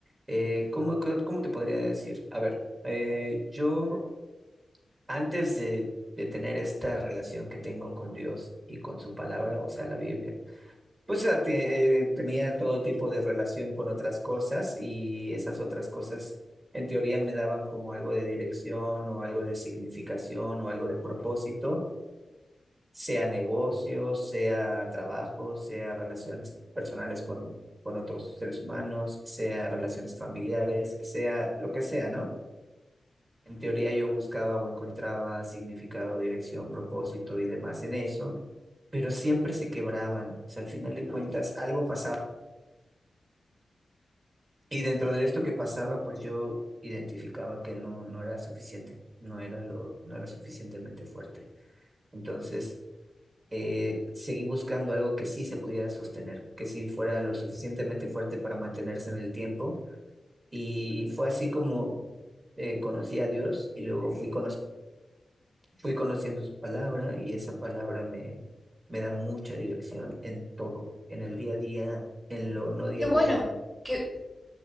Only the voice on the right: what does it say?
Eh, ¿cómo, co- cómo te podría decir? A ver, eh, yo antes de, de tener esta relación que tengo con Dios y con su palabra, o sea, la Biblia, pues a- te- eh, tenía todo tipo de relación con otras cosas y esas otras cosas en teoría me daban como algo de dirección o algo de significación o algo de propósito sea negocios, sea trabajo, sea relaciones personales con, con otros seres humanos, sea relaciones familiares, sea lo que sea, ¿no? En teoría yo buscaba o encontraba significado, dirección, propósito y demás en eso, pero siempre se quebraban. O sea, al final de cuentas algo pasaba. Y dentro de esto que pasaba, pues yo identificaba que no, no era suficiente, no era lo, no era suficientemente fuerte. Entonces, eh, seguí buscando algo que sí se pudiera sostener, que sí fuera lo suficientemente fuerte para mantenerse en el tiempo. Y fue así como eh, conocí a Dios y luego fui, cono- fui conociendo su palabra y esa palabra me, me da mucha dirección en todo, en el día a día, en lo no día
a día.